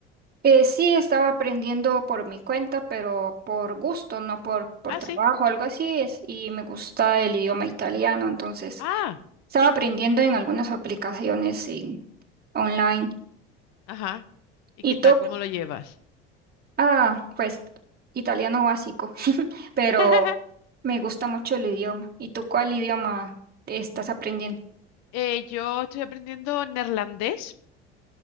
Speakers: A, on the right; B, on the left.
A: eh, sí estaba aprendiendo por mi cuenta, pero por gusto, no por, por
B: Ah,
A: trabajo,
B: sí.
A: algo así es. Y me gusta el idioma italiano, entonces
B: Ah,
A: estaba aprendiendo en algunas aplicaciones en- online.
B: ajá. ¿Y
A: ¿Y
B: qué
A: tú
B: tal? ¿Cómo lo llevas?
A: Ah, pues italiano básico, <laughs> pero
B: <laughs>
A: me gusta mucho el idioma. ¿Y tú cuál idioma estás aprendiendo?
B: Eh, yo estoy aprendiendo neerlandés.